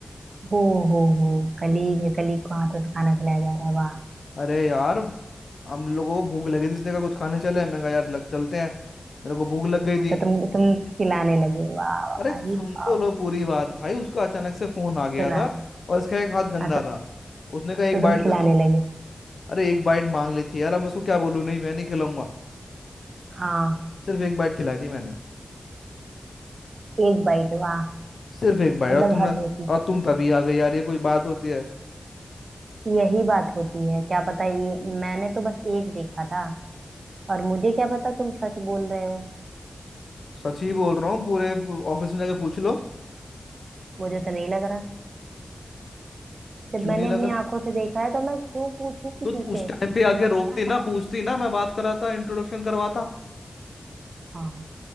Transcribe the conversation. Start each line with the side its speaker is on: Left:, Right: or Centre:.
Right: हो हो हो कलीग है कलीग को हाथों से खाना खिलाया जा रहा है वाह
Left: अरे यार हम लोगों को भूख लगी थी इसने कहा कुछ खाने चले मैं कहा यार लग चलते हैं मेरे को भूख लग गई
Right: हाँ
Left: थी
Right: तो तुम तुम खिलाने लगे वाह वाह
Left: अरे
Right: अरे
Left: सुन
Right: बाप
Left: तो लो पूरी बात भाई उसका अचानक से फोन आ गया
Right: सुना
Left: था और इसका एक हाथ गंदा
Right: हाँ तो,
Left: था उसने कहा एक
Right: तो
Left: बाइट
Right: तुम खिलाने
Left: दे दो
Right: लगे
Left: अरे एक बाइट मांग ली थी यार अब मैं उसको क्या बोलूँ नहीं मैं नहीं खिलाऊंगा
Right: हाँ
Left: सिर्फ एक बाइट खिलाई थी मैंने
Right: एक बाइट वाह
Left: सिर्फ एक बाइट
Right: मतलब
Left: और तुमने
Right: हद होती
Left: और तुम तभी आ गई यार ये कोई बात होती है
Right: यही बात होती है क्या पता ये मैंने तो बस एक देखा था और मुझे क्या पता तुम सच बोल रहे हो
Left: सच ही बोल रहा हूँ पूरे ऑफिस में जाके पूछ लो
Right: मुझे तो नहीं लग रहा जब
Left: क्यों
Right: मैंने
Left: नहीं लग
Right: अपनी
Left: रहा
Right: आंखों से देखा है तो मैं क्यों पूछूं किसी
Left: तो उस
Right: से
Left: टाइम पे आके
Right: मुझे क्या
Left: रोकती
Right: पता
Left: ना
Right: है
Left: पूछती ना मैं बात कराता इंट्रोडक्शन करवाता
Right: हाँ